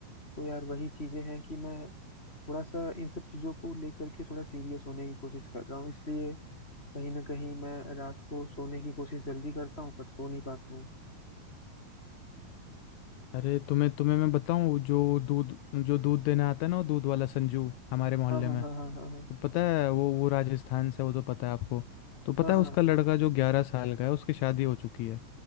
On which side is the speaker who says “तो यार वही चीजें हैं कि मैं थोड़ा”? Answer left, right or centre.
Left